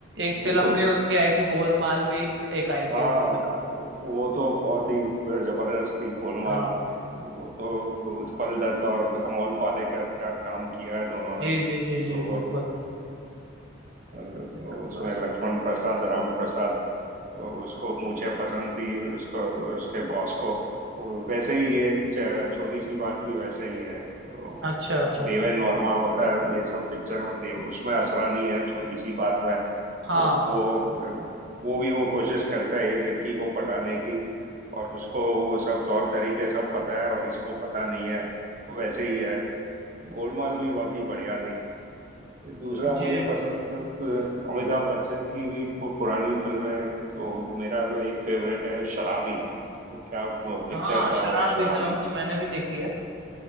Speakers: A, on the right (about 65°); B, on the right (about 40°).
A: एक
B: बिल्कुल
A: फिल्म भी उनकी आई थी गोलमाल भी एक आई
B: हाँ
A: थी उनकी फिल्म
B: वो तो बहुत ही जबरदस्त थी गोलमाल
A: हाँ
B: वो तो उत्पल दत्त और अमोल पालेकर क्या काम किया है दोनों
A: जी
B: ने
A: जी
B: तो
A: जी जी बिल्कुल
B: उसमें
A: <laughs> तो-
B: लक्ष्मण प्रसाद राम प्रसाद उसको मुझे पसंद थी उसको उसके बॉस को वैसे ही ये च- छोटी सी बात भी वैसे ही है तो
A: अच्छा अच्छा
B: देवेन वर्मा होता है ये सब पिक्चर में देव उसमें असरानी है छोटी सी बात में तो
A: हाँ
B: वो वो भी वो कोशिश करता है ये लड़की को पटाने की और उसको वो सब तौर तरीके सब पता है और इसको पता नहीं है वैसे ही है गोलमाल भी बहुत ही बढ़िया थी दूसरा
A: जी
B: मुझे पसंद है अ, अमिताभ बच्चन की भी पु- पुरानी फिल्में तो मेरा तो एक फेवरेट है शराबी वो क्या पिक्चर
A: हाँ
B: था
A: शराबी
B: वो शराबी
A: फिल्म तो मैंने भी देखी है